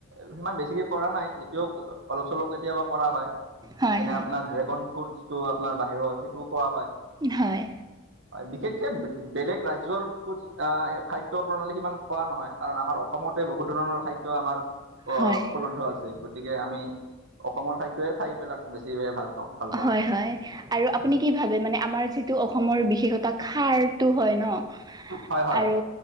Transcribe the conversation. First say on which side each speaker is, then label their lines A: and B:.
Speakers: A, on the right (about 65°); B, on the right (about 20°).
A: সিমান বেছিকে কৰা নাই যেতিয়াও অলপ চলপ কেতিয়াবা কৰা হয়।
B: হয়
A: তেনে
B: হয়
A: আপোনাৰ ড্ৰেগন ফ্ৰুটটো আপোনাৰ বাহিৰত সেইটোও খোৱা হয়।
B: হয়।
A: হয় বিশেষকে বেলেগ ৰাজ্যৰ ফুড খাদ্য প্ৰণালী সিমান খোৱা নহয়। কাৰণ আমাৰ অসমতে বহুত ধৰণৰ খাদ্য আমাৰ
B: হয়
A: উপলব্ধ আছে। গতিকে আমি অসমৰ খাদ্যই খাই বিলাক বেছি ভাল পাওঁ। ভাল পাওঁ।
B: হয়, হয় আৰু আপুনি
A: উম।
B: কি ভাবে মানে আমাৰ যিটো অসমৰ বিশেষতা খাৰটো হয় ন।
A: হয় হয়
B: আৰু